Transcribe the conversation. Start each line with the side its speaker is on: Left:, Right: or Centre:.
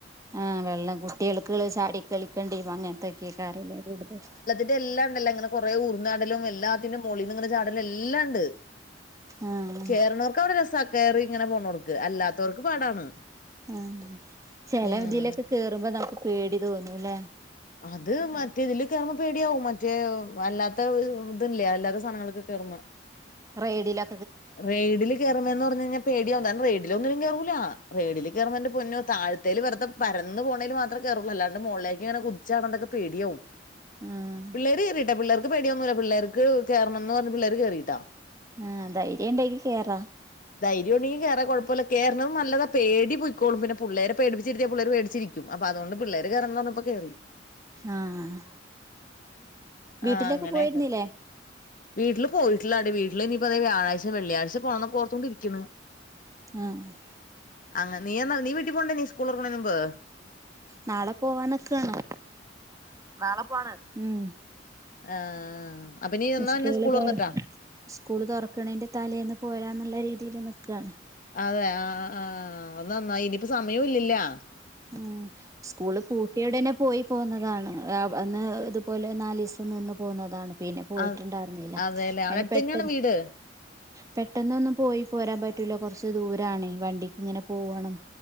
Right: ആഹ് വെള്ളം കുട്ടികൾക്ക്ള്ളെ ചാടി കളിക്കേണ്ടി അങ്ങനത്തക്കെയ്ക്കരംല്ലെ കൂടുതൽ
Left: ഇതെല്ലാം ണ്ടല്ലങ്ങനെ കൊറേ ഊർന്നാടലും എല്ലാത്തിന്റെ മോളിന്ന് ങ്ങനെ ചാടലും എല്ലാംണ്ട്
Right: ആഹ്
Left: കേർണോർക്കവ്ടെ രെസാ കേറിങ്ങനെ പോണോർക്ക് അല്ലാത്തവർക്ക് പാടാണ്
Right: ആഹ് ചെലെ
Left: ഉം
Right: ഇതിലൊക്കെ കേറുമ്പോ നമുക്ക് പേടി തോന്നുംല്ലേ
Left: അത് മറ്റേ ഇതില് കയറുമ്പോ പേടിയാവും മറ്റേ അല്ലാത്ത ഇത് ഇല്ലേ അല്ലാത്ത സാധനങ്ങൾക്ക്‌ കേറുന്ന
Right: റെയ്ഡിലൊ
Left: റെയ്ഡ്ല് കേറു മ്പന്ന് പറഞ്ഞ് കഴിഞ്ഞാൽ പേടിയാവും കാരണം റൈഡിൽ ഒന്നിലും കേറൂല്ല റൈഡിൽ കേറുമ്പോ എന്റെ പൊന്നോ താഴത്തെയ്ല് വെറുതെ പരന്ന് പോണേൽ മാത്രേ കേറെള്ളൂ അല്ലാണ്ട് മുകളിലേക്ക് ഇങ്ങനെ കുതിച്ചപോക്ണ്ടൊക്കെ പേടിയാവും
Right: ആഹ്
Left: പിള്ളേര് കേറിയിട്ടാ പിള്ളേർക്ക് പേടിയൊന്നുമില്ല പിള്ളേർക്ക് കേറണം എന്ന് പറഞ്ഞ് പിള്ളേർ കേറിട്ടാ
Right: ആഹ് ധൈര്യണ്ടെങ്കിൽ കേറാ
Left: ധൈര്യ ഉണ്ടെങ്കിൽ കേറ കുഴപ്പമില്ല കേറണം നല്ലതാ പേടി പോയിക്കോളും പിന്നെ പിള്ളേരെ പേടിപ്പിച്ചിരിരുത്തിയാൽ പിള്ളേര് പേടിച്ചിരിക്കും ക്ക്യും അപ്പ അതോണ്ട് പിള്ളേര് കേറണംന്ന് പറഞ്ഞപ്പോ കേറി
Right: ആഹ് വീട്ടിലൊക്കെ
Left: ആഹ് അങ്ങനെക്കെ
Right: പോയിരുന്നില്ലേ
Left: വീട്ടില് പോയിട്ടിള്ളാടീ വീട്ടില് ഇനിയിപ്പ വ്യാഴാഴ്ച വെള്ളിയഴ്ച പോണം പ്പോർത്തൊണ്ടിരിക്ക്‌ണ് <inaudible>
Right: ആഹ് അഹ്
Left: അങ്ങ നീ എന്നാ നീ വീട്ടിപോണ്ടോ നി സ്കൂൾ തൊറക്കണേണ് മുമ്പ്
Right: നാളെ പോവാന്ക്കാണ് നാളെ പോണ് ഉം
Left: ആഹ് അപ്പൊ നീ എന്നാ
Right: സ്കൂള്
Left: ഇനി സ്കൂൾ
Right: തുറ
Left: തുറന്നിട്ടാ
Right: സ്കൂള് തൊറക്കണേന്റെ തലേന്ന് പോരാന്ന്ള്ള രീതിയിൽ നിക്കാണ്
Left: അതെ ആഹ് ആഹ് അയ് നന്നായി ഇനിയിപ്പ സമയോം ഇല്ലല്ലാ
Right: ഉം സ്കൂള് പൂട്ടിയ ഉടനെ പോയി പോന്നതാണ് അന്ന് ഇതുപോലെ നാലീസം നിന്ന് പോന്നതാണ് പിന്നെ പോയിട്ട്ണ്ടാര്ന്നില്ല
Left: ആഹ് അതെല്ലേ
Right: അങ്ങനെ
Left: അവിടെ അടുത്തന്നെയാണ്
Right: പെട്ടെന്ന്
Left: വീട്
Right: പെട്ടെന്ന് ഒന്നും പോയി പോരാൻ പറ്റൂല കുറച്ച് ദൂരാണേ വണ്ടിക്ക് ഇങ്ങനെ പോകണം